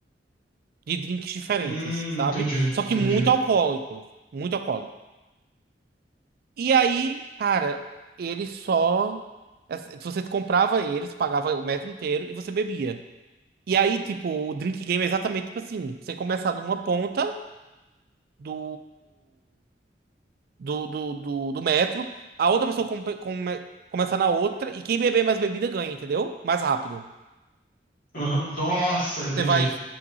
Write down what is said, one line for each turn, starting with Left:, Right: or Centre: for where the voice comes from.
Right: de drinks diferentes,
Left: Hum,
Right: sabe?
Left: entendi,
Right: Só
Left: entendi.
Right: que muito alcoólicos, muito alcoólico. E aí, cara, ele só. Você comprava eles, pagava o metro inteiro e você bebia. E aí, tipo, o drink game é exatamente tipo assim: você começar numa ponta do do, do, do, do metro, a outra pessoa come, come, começa na outra, e quem beber mais bebida ganha, entendeu? Mais rápido.
Left: Aham. Nossa, entendi.
Right: Você vai,